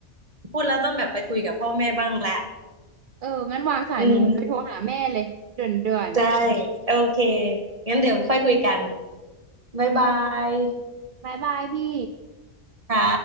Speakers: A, on the right; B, on the right.
A: พูดแล้วต้องแบบไปคุยกับพ่อแม่บ้างละ
B: เอองั้นวางสายหนูไปโทรหาแม่เลยเด่วนเด่วน
A: อืมใช่โอเคงั้นเดี๋ยวค่อยคุยกันบ๊ายบาย
B: บายบายพี่
A: ค่ะ